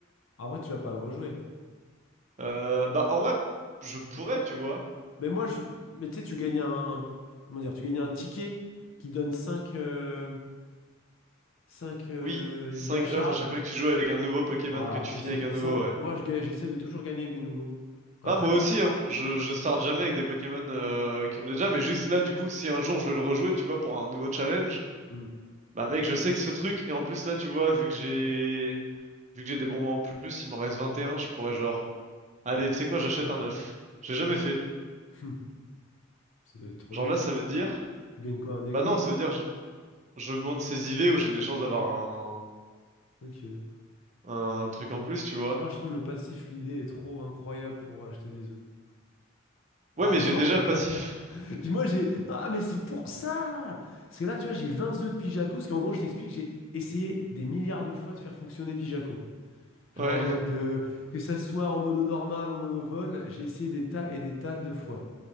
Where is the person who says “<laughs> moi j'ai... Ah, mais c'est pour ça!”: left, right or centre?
Left